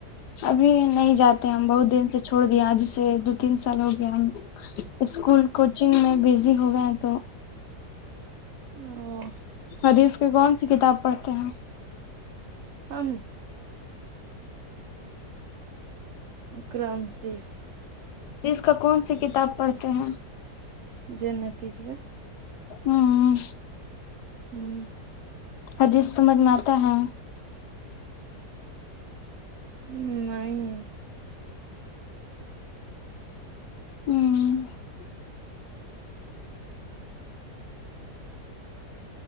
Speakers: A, on the left; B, on the right.
A: ابھی نہیں جاتے ہم بہت دن سے چھوڑ دیا آج سے دو تین سال ہو گیا ہم اسکول کوچنگ میں بزی ہو گئے ہیں تو
B: او ہو
A: حدیث کی کون سی کتاب پڑھتے ہیں آپ
B: ہم قرآن شریف
A: اس کا کون سی کتاب پڑھتے ہیں
B: جنتی ج میں
A: ہوں
B: ہوں
A: حدیث سمجھ میں آتا ہے
B: ہ نہیں
A: ہوں